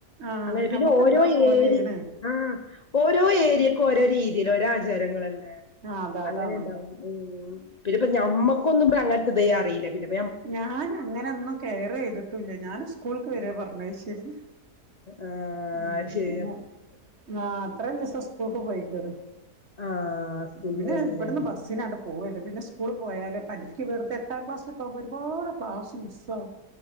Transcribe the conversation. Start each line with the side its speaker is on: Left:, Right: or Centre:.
Right: ആഹ്
Left: അങ്ങനെ
Right: ഞമ്മക്ക്
Left: പിന്നെ ഓരോ
Right: എന്തോ പോലെയാണ്
Left: ഏരി ആ ഓരോ ഏരിയക്കും ഓരോ രീതിയിൽ ഓരോ ആചാരങ്ങളല്ലേ
Right: ആഹ് അതാ
Left: അങ്ങനെണ്ടാവും
Right: അതാണ് അതാ
Left: ഉം പിന്നെപ്പം ഞമ്മക്കൊന്നും ഇബ്ടെ അങ്ങൻ തെയ്യാൻ അറിയില്ല പിന്നെപ്പ്
Right: ഞാൻ അങ്ങനൊന്നും കെയർ ചെയ്തിട്ടൂല്ല ഞാൻ സ്കൂൾക്ക് വെര്വാ പറഞ്ഞു <unintelligible>
Left: ആഹ്
Right: ഉം
Left: അത് ശരിയാ
Right: അങ്ങനെ ആ ഇത്രയും ദിവസം സ്കൂൾക്ക് പോയി പറ
Left: ആഹ് സ്കൂളിൽ
Right: പിന്നെ
Left: പോയിനില്ലേ
Right: ഇവിടന്ന് ബസ്സിനാണ്ട് പോവല്ല പിന്നെ സ്കൂള് പോയാല പഠിക്ക് വെറുതെ എട്ടാം ക്ലാസ്സിലൊക്കെ ആകുമ്പോ ഒരുപാട് ക്ലാസ് മിസ്സാവും